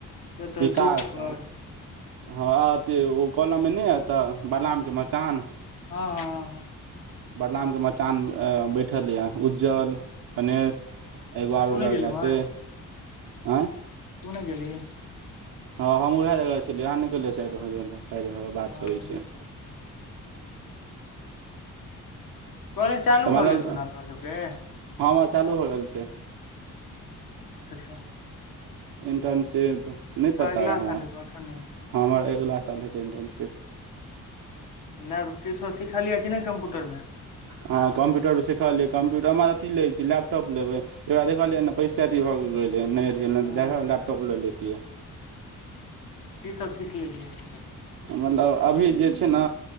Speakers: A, on the left; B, on the right.
A: केतह
B: विकास
A: चौके पर
B: हँ अथी ओ कलममे नहि हतहऽ बलरामके मचान
A: हँ हँ हँ हँ
B: बडनाम के मचान अ बैठल यए उज्ज्वल गणेश एगो आरो
A: तू नहि
B: लड़का
A: गेलही उम्हर
B: छै अयं
A: तू नय गेली
B: हँ हम उएह जगह छलियै अहाँ निकलियै साइड भ जा साइड भऽ कऽ
A: हँ
B: बात करै
A: नीक
B: छियै
A: केलौ कॉलेज चालू
B: तऽ
A: भऽ
B: मतलब
A: गेल छौना आब तोहर सभके
B: हमर चालू हो गेल छै
A: कु्त
B: इंटर्नशिप नहि पता
A: अगिला
B: य हमरा
A: साल हेतौ अखन नहि हेतौ
B: हँ हमर अगिला साल हेतै इन्टर्नशिप
A: लैब तीशओ सीखल यए कि नहि कम्प्यूटर में
B: हँ कम्प्यूटर सिखलियै कम्प्यूटर हमरा अथी लै छै लैपटॉप लेबै एकरा देखलियै ने पैसा अथी भऽ गेलै नहि अथी नहि
A: हँ
B: तऽ जा हो लैपटॉप लऽ लेतिए
A: की सब सीख लेलियै एखन तक
B: मतलब अभी जे छै ना